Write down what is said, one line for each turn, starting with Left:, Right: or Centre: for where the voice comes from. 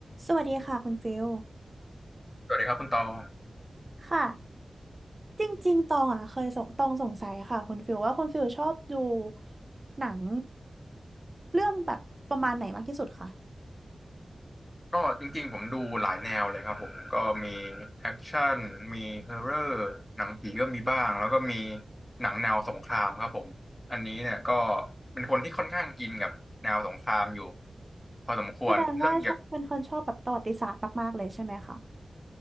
Right: สวัสดีค่ะคุณฟิล
Left: สวัสดีครับคุณตอง
Right: ค่ะ จริงๆตองอ่ะเคยสงตองสงสัยค่ะคุณฟิลว่าคุณฟิลชอบดูหนังเรื่องแบบประมาณไหนมากที่สุดคะ
Left: ก็จริงๆผมดูหลายแนวเลยครับผมก็มีแอคชั่นมีฮอร์เรอร์หนังผีก็มีบ้างแล้วก็มีหนังแนวสงครามครับผมอันนี้เนี่ยก็เป็นคนที่ค่อนข้างอินกับแนวสงครามอยู่พอสมควรเรื่องอยาก
Right: แสดงว่าชอบเป็นคนชอบแบบประวัติศาสตร์มากๆเลยใช่ไหมคะ